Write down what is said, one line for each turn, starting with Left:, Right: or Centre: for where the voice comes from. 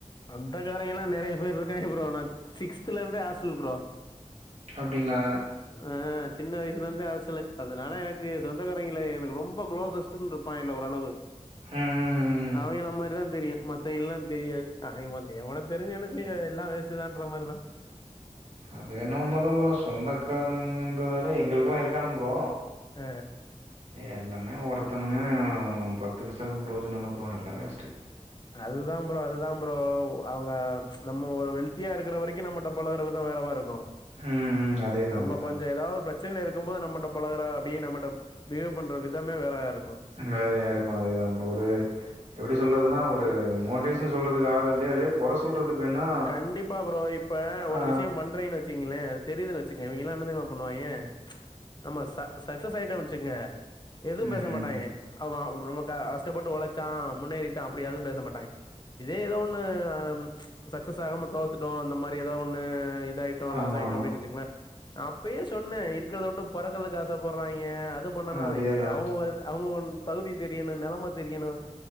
Left: சொந்தகாரய்ங்கல்லாம் நெறைய பேர் இருக்காங்க ப்ரோ நான் சிக்ஸ்த்துலருந்தே ஆஸ்டல் ப்ரோ
Right: அப்டிங்ளா
Left: ஆ சின்ன வயசுலருந்தே ஆஸ்டல்லு அதனால எனக்கு சொந்தக்காரய்ங்கல எனக்கு ரொம்ப குளோசஸ்ட் இருப்பாய்ங்கள ஓரளவு
Right: ம், ம், ம்.
Left: அவய்ங்கள மாரிதான் தெரியும் மத்தவய்ங்கல்லாம் தெரியாது ஆ மத்த எவன தெரிஞ்சு என்ன செய்ய எல்லாம் வேஸ்ட்டு தான்ற மாரிதான்
Right: அது வேணா உண்மைதான் ப்ரோ சொந்த காரணங்கன்றதாலே எங்களுக்கெல்லாம் இருக்கானுங்க ப்ரோ
Left: அ
Right: எல்லாமே ஒருத்தனுமே பத்து பைசாக்கு ப்ரோஜனல்ல ப்ரோ எல்லா வேஸ்ட்டு
Left: அதுதான் ப்ரோ அதுதான் ப்ரோ அவங்க நம்ம ஒரு வெல்தியா இருக்கற வரைக்கும் நம்மட்ட பழகற விதம் வேற மார்ருக்கும்
Right: ம் அதேதான்
Left: நம்ம
Right: அதேதான்
Left: கொஞ்சம் ஏதாவது பிரச் சன இருக்கும்போது நம்மட்ட பழகற அப்டியே நம்மட்ட பிகேவ் பண்ற விதமே வேறையா இருக்கும்
Right: வேறயாருக்கும் அதேதான் ப்ரோ ஒரு எப்டி சொல்றதுன்னா ஒரு மோட்டிவேஷன் சொல்றதுக்கு ஆள் இல்லையால்லயோ கொற சொல்றதுக்கு வேணா
Left: கண்டிப்பா ப்ரோ இப்ப ஒரு
Right: ஆ,
Left: விஷயம் பண்றீங்கன்னு வச் சீங்களே அ தெரியுதுன்னு வச்சுங்க இவய்ங்கல்லாம் என்ன தெரியுமா பண்ணுவாய்ங்க நம்ம ச சக்சஸ் ஆயிட்டோ வச்சுகங்க எதுவும்
Right: ம்
Left: பேச மாட்டாய்ங்க அவ நமக்கு கஸ் டப்பட்டு ஒழச்சான் முன்னேறிட்டான் அப்டி யாரும் பேச மாட்டாங்க இதே ஏதோ ஒண்ணு ஆ சக்சஸ் ஆகாம தோத்துட்டோம் அந்த மாரி ஏதா ஒண்ணு இதா ஆயிட்டோம்
Right: ஆமா
Left: லாஸ் ஆயிட்டோம்
Right: ஆமா
Left: அப்டின்னு வச்சுங்களேன் அப்பயே சொன்னேன் இருக்கிறத விட்டு பறக்கறக்துக்கு ஆசப்பட்றாய்ங்க அது பண்ணனும்
Right: அதேதான்
Left: அவங்க அவங்க ஒன் தகுதி தெரியணும் நெலம தெரியணும்